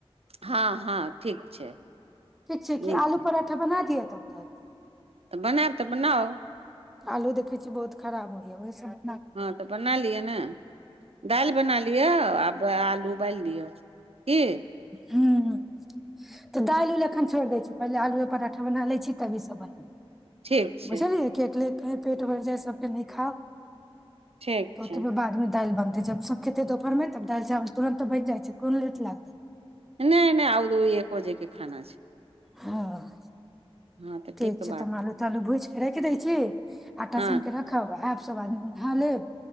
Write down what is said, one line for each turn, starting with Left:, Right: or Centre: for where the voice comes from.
Right: हँ हँ ठीक छै
Centre: ठीक छै की
Right: नीक
Centre: आलू पराठा बना दियै तब तक
Right: तऽ बनायब तऽ बनाउ
Centre: आलू देखै छी बहुत खराब होइये ओहि स
Right: हँ तऽ बना लियअ ने दालि बना लिय आ आलू उबालि दिऔ की
Centre: हूं तऽ दालि उल एखन छोड़ि दै छी पहिेने आलूए पराठा बना लै छी तभी सब बनै
Right: ठीक छै
Centre: बूझलियै केटलेट कहीं पेट भरि जाइ सभके नहि खाउ
Right: ठीक
Centre: तऽ
Right: छै
Centre: ओतबे बादमे दालि बन जब सभ खेतै दोपहरमे तब दालि चावल तुरन्ते बनि जाइ छै कोन लागत
Right: नइ नइ आउ दू एक भोजे के खाना छै
Centre: हँ
Right: हँ तऽ
Centre: ठीक
Right: नीक
Centre: छै
Right: बात
Centre: तऽ हम आलू तालू भूजि के राखि दै छी आटा
Right: हँ
Centre: सान क रखब आयब सभ आदमी नहा लेब